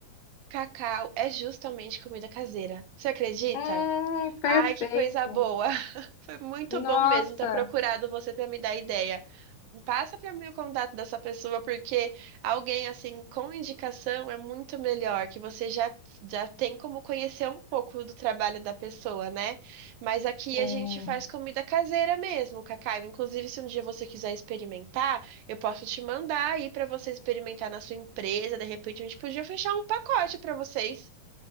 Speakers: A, on the right; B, on the left.
A: Cacau é justamente comida caseira. Você acredita?
B: Hum, perfeito.
A: Ai, que coisa boa! <laughs> Foi muito bom
B: Nossa,
A: mesmo ter procurado você para me dar ideia. Passa para mim o contato dessa pessoa, porque alguém assim com indicação é muito melhor, que você já, já tem como conhecer um pouco do trabalho da pessoa, né? Mas aqui
B: sim.
A: a gente faz comida caseira mesmo, Cacau. Inclusive, se um dia você quiser experimentar, eu posso te mandar aí para você experimentar na sua empresa. De repente, a gente podia fechar um pacote para vocês.